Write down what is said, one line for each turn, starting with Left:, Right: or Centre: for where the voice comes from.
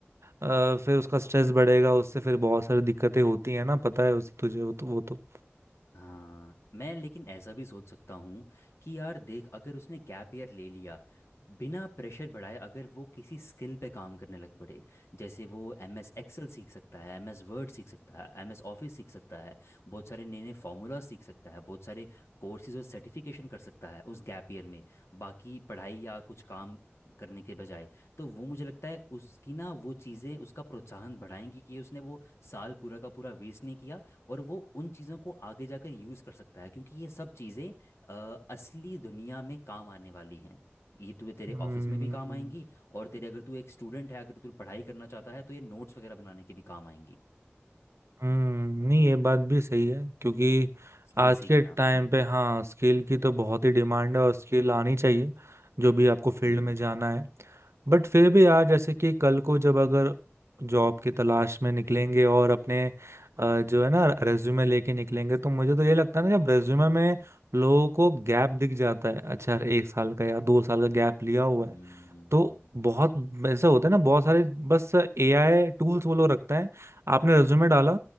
Right: अ, फिर उसका स्ट्रेस बढ़ेगा उससे फिर बहुत सारी दिक्कतें होती है ना पता है उस तुझे वो तो वो तो
Left: हाँ मैं लेकिन ऐसा भी सोच सकता हूँ कि यार देख अगर उसने गैप ईयर ले लिया बिना प्रेशर बढ़ाए अगर वो किसी स्किल पे काम करने लग पड़े जैसे वो एम एस एक्सेल सीख सकता है एम एस वर्ड सीख सकता है एम एस ऑफिस सीख सकता है बहुत सारे नए नए फार्मूला सीख सकता है बहुत सारे कोर्सेज और सर्टिफिकेशन कर सकता है उस गैप ईयर में बाकी पढ़ाई या कुछ काम करने के बजाय तो वो मुझे लगता है उसकी ना वो चीज़ें उसका प्रोत्साहन बढ़ाएंगी कि उसने वो साल पूरा का पूरा वेस्ट नहीं किया और वो उन चीज़ों को आगे जाकर यूज़ कर सकता है क्योंकि ये सब चीज़ें अ, असली दुनिया में काम आने वाली हैं ये तुझे तेरे
Right: हम्म
Left: ऑफिस में भी काम आएंगी और तेरे अगर तू एक स्टूडेंट है अगर तू पढ़ाई करना चाहता है तो ये नोट्स वगैरह बनाने के भी काम आएंगी
Right: हम्म नहीं ये बात भी सही है क्योंकि
Left: स्किल
Right: आज
Left: सीखना
Right: के टाइम
Left: हम्म
Right: पे हाँ स्किल की तो बहुत ही डिमांड है और स्किल आनी चाहिए जो भी आपको फील्ड
Left: हम्म
Right: में जाना है बट फिर भी यार जैसे कि कल को जब अगर जॉब की तलाश में निकलेंगे और अपने अ,
Left: हम्म
Right: जो है ना रेज्यूमे लेके निकलेंगे तो मुझे तो ये लगता है ना जब रेज्यूमे में लोगों को गैप दिख जाता है अच्छा यार एक साल का या दो साल का गैप लिया हुआ
Left: हम्म
Right: है तो बहुत ऐसा होता है ना बहुत सारे बस एआई टूल्स वो लोग रखते हैं आपने रिज्यूमे डाला